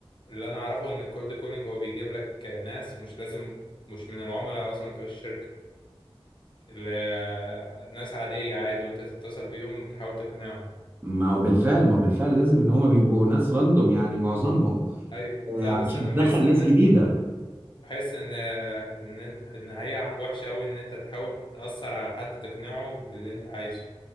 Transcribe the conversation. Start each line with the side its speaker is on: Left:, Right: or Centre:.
Left: اللي انا اعرفه ان الكولد كولينج هو بيجيب لك ناس مش لازم مش من العملاء اصلا بتوع الشركه اللي ناس عاديه عادي وانت تتصل بيهم تحاول تقنعهم
Right: ما هو بالفعل ما هو بالفعل لازم ان هم بيبقوا ناس راندوم يعني معظمهم
Left: ايوه
Right: آه،
Left: لا بس
Right: عشان
Left: انا
Right: تدخل
Left: بحس ان
Right: ناس جديده
Left: بحس ان ان إنت- ان هي وحشه قوي ان انت تحاول تاثر على حد تقنعه باللي انت عايزه